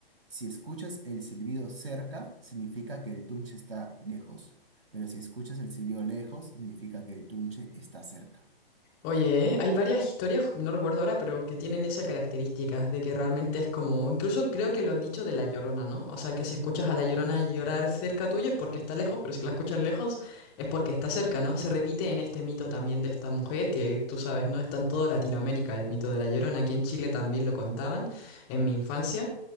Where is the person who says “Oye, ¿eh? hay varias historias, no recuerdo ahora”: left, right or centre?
Left